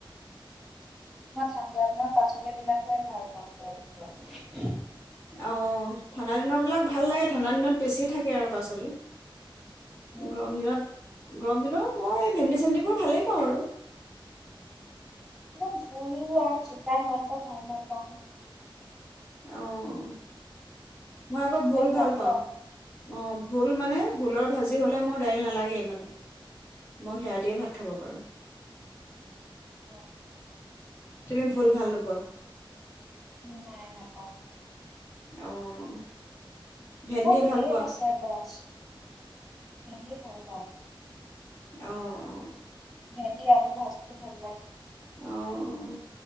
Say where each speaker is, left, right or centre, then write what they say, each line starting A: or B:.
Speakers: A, in the centre; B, on the left.
A: মই ঠাণ্ডা দিনৰ পাচলি বিলাকে ভাল পাওঁ <unintelligible>
B: অ', ঠাণ্ডা দিনৰবিলাক ভাল লাগে, ঠাণ্ডা দিনত বেছি থাকে আৰু পাচল।
A: উম,
B: গৰম দিনত গৰম দিনৰো মই ভেণ্ডি-চেণ্ডিবোৰ ভালেই পাওঁ আৰু।
A: মোক ভোল আৰু জিকা ইমানটা ভাল নাপাওঁ।
B: অ'। মই আকৌ ভোল
A: নে
B: ভাল পাওঁ।
A: পোৱা
B: অ', ভোল মানে, ভোলৰ ভাজি হ'লে মোৰ দাইল নালাগেই মানে, মই সেয়া দিয়ে ভাত খাব পাৰোঁ।
A: অ'।
B: তুমি ভোল ভাল নোপোৱা?
A: নাই নাপাওঁ।
B: অ' ভেন্দি
A: মই
B: ভাল
A: ঢেৰ
B: পোৱা
A: <unintelligible> বাছ। ভেণ্ডি ভাল পাওঁ।
B: অ', অ
A: ভেন্দি আলু ভাজিটো ভাল লাগে
B: অঁ